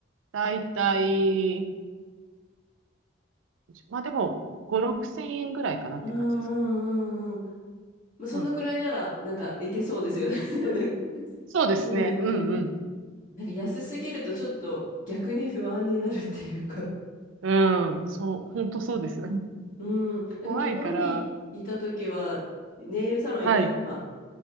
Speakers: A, on the right; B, on the left.
A: 大体、まあでも、5、6千円ぐらいかなって感じですかね。
B: うんうんうんうん。まあ、そのくらいなら、
A: うんうん、
B: なんかいけそうですよね <laughs> なんか、
A: そうですね。
B: うんうんうん。
A: うんうん
B: なんか安すぎるとちょっと逆に不安になるっていうか。
A: うん、そう、本当そうです。<laughs>
B: うん。なんか日本にいた時は、
A: 怖いから、
B: ネイルサロン行ったら、
A: はい、
B: まあ、